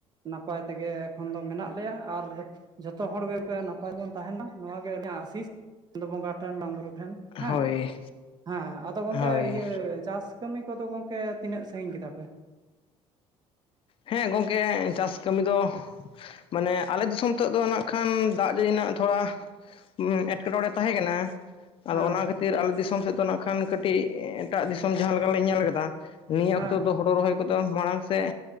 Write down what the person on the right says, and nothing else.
ᱱᱟᱯᱟᱭ ᱛᱮᱜᱮ ᱮᱠᱷᱚᱱ ᱫᱚ ᱢᱮᱱᱟᱜ ᱞᱮᱭᱟ ᱟᱨ ᱡᱷᱚᱛᱚ ᱦᱚᱲ ᱜᱮ ᱥᱮ ᱱᱟᱯᱟᱭ ᱵᱚᱱ ᱛᱟᱦᱮᱱᱟ ᱱᱚᱣᱟ ᱜᱮ ᱟᱹᱞᱤᱧᱟᱜ ᱟᱥᱤᱥ ᱪᱟᱸᱫᱚ ᱵᱚᱸᱜᱟ ᱴᱷᱮᱱ ᱵᱟᱝ ᱵᱩᱨᱩ ᱴᱷᱮᱱ ᱦᱮᱸ
ᱦᱮᱸ ᱟᱫᱚ ᱜᱚᱝᱠᱮ
ᱤᱭᱟᱹ ᱪᱟᱥ? ᱠᱟᱹᱢᱤ ᱠᱚᱫᱚ ᱜᱚᱢᱠᱮ ᱛᱤᱱᱟᱹᱜ ᱥᱟᱸᱜᱤᱧ ᱠᱮᱫᱟ ᱯᱮ?
ᱦᱮᱸ
ᱦᱮᱸ
ᱦᱮᱸ
ᱦᱮᱸ